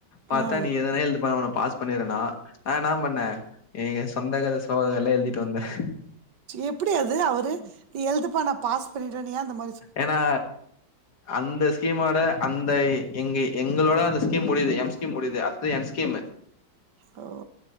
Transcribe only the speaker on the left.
பாத்தா
நீ எதனா எழுதுப்பா உன்ன பாஸ் பண்ணிற நா நா என்ன பண்ணே எங்க சொந்த கத சோக கதல்லா எழ்திட்டு வந்தேன்
ஏன்னா அந்த ஸ்கீமோட அந்த எங்க எங்களோட அந்த ஸ்கீம் முடியுது எம் ஸ்கீம் முடியுது அத்தது என் ஸ்கீமு